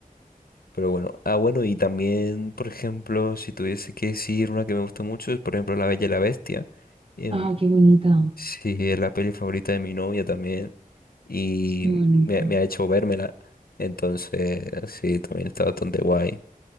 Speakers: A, on the left; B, on the right.
A: Pero bueno, ah, bueno, y también, por ejemplo, si tuviese que decir una que me gusta mucho, es por ejemplo La Bella y la Bestia. Em,
B: Ah, qué bonita,
A: sí, es la peli favorita de mi novia también. Y
B: es muy bonita.
A: me, me ha hecho vérmela. Entonces, sí, también está bastante guay.